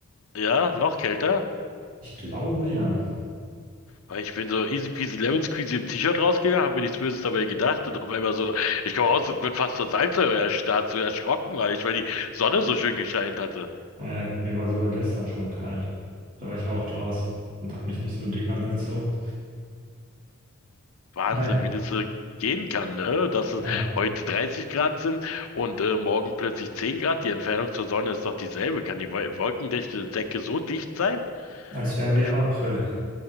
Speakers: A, on the left; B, on the right.
A: Ja, noch kälter.
B: Ich glaube ja.
A: Weil ich bin so easy peasy lemon squeezy im T-Shirt rausgegangen, habe mir nichts Böses dabei gedacht und auf einmal so, ich komme raus und bin fast zur Salzsäure erstarrt, so erschrocken war ich, weil die Sonne so schön gescheint hatte.
B: Naja, mir war sogar gestern schon kalt. Da war ich ja auch draußen und habe mich nicht so dick angezogen.
A: Wahnsinn,
B: Naja,
A: wie das äh, gehen kann, ne? Dass
B: egal.
A: es heute 30 Grad sind und äh, morgen plötzlich 10 Grad. Die Entfernung zur Sonne ist doch dieselbe. Kann die Wol- wolkendichte Decke so dicht sein?
B: Als wären wir
A: Ich
B: im
A: weiß.
B: April.